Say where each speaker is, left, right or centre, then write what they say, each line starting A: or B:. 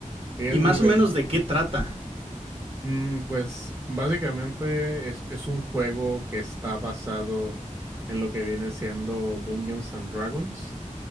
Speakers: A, on the right; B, on the right.
A: Sí, es
B: Y
A: muy,
B: más o menos
A: es-
B: de qué trata.
A: mm, pues básicamente es, es un juego que está basado en lo que viene siendo Dungeons and Dragons.